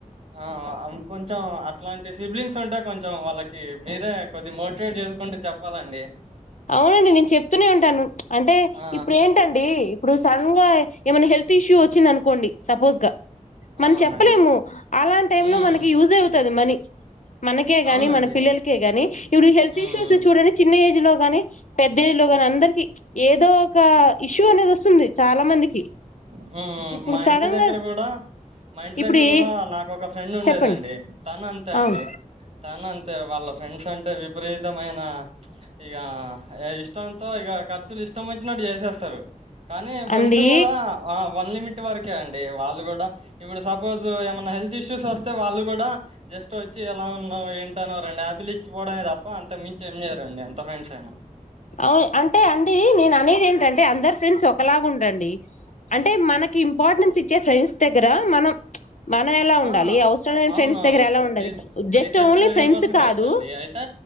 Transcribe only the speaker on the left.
అవునండి నేను చెప్తూనే ఉంటాను అంటే
ఇప్పుడెంటండి ఇప్పుడు సడన్ గా ఏమైనా హెల్త్ ఇష్యూ వచ్చింద అను కోండి సపోస్ గా మన్
చెప్పలేము అలాంటి టైమ్
లో మనకి యూజ్ అవుతది మనీ మనకే గాని
మన పిల్లలకే గాని ఇప్పుడు హెల్త్
Issues
చూడని చిన్న ఏజ్ లో పెద్దిరిల్లో గానీ అందరికి ఏదో ఒక ఇష్యూ అనేది వస్తుంది చాలా మందికి
ఇప్పుడు
సడన్
గా
ఇప్పుడు
ఏ
చెప్పండి
అవును
అండి
అవు అంటే అండి నేను అనేది ఏంటంటే అందరు ఫ్రెండ్స్ ఒకలాగా ఉండరండి అంటే మనక్ కి ఇంపార్టెన్స్ ఇచ్చే ఫ్రెండ్స్ దగ్గర మనం మనం ఎలా ఉండాలి
అవసరం లేని
ఫ్రెండ్స్ దగ్గర ఎలా ఉండాలి
జస్ట్
only
friends
కాదు